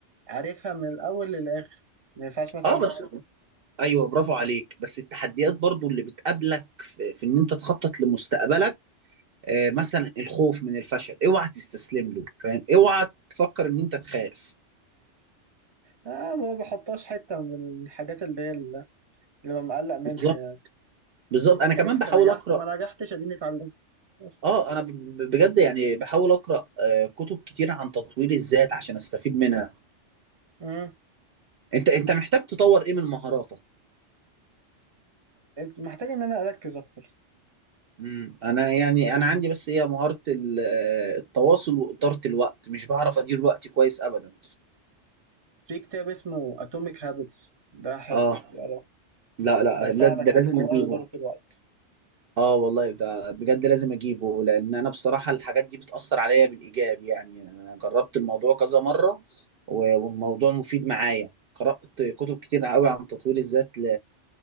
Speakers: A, on the right (about 25°); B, on the right (about 60°).
A: عارفها من الاول للاخر ما ينفعش مثلا
B: اه بس ايوه برافو عليك بس التحديات برضو اللي بتقابلك في, في ان انت تخطط لمستقبلك آه، مثلا الخوف من الفشل اوعى تستسلم له فاهم اوعى تفكر ان انت تخاف
A: انا ما بحطهاش حته من الحاجات اللي هي اللي ببقى مقلق منها
B: بالظبط
A: يعني
B: بالظبط انا
A: نجحت
B: كمان بحاول
A: نجحت
B: اقرا
A: ما نجحتش اديني اتعلمت بس
B: اه انا ب- ب- بجد يعني بحاول اقرا آه، كتب كتير عن تطوير الذات عشان استفيد منها
A: امم
B: انت انت محتاج تطور ايه من مهاراتك
A: محتاج ان انا اركز اكتر
B: امم انا يعني انا عندي بس هي مهارة ال- آه، التواصل وإدارة الوقت مش بعرف ادير وقتي كويس ابدا
A: في كتاب اسمه اتوميك هابتس ده حلو
B: اه
A: اقراه
B: لا لا
A: هيساعدك
B: لا ده
A: على
B: لازم
A: حوار
B: اجيبه
A: إدارة الوقت
B: اه والله ده بجد لازم اجيبه لان انا بصراحه الحاجات دي بتاثر عليا بالايجاب يعني انا جربت الموضوع كذا مره و- والموضوع مفيد معايا قرات كتب كتير قوي عن تطوير الذات ل...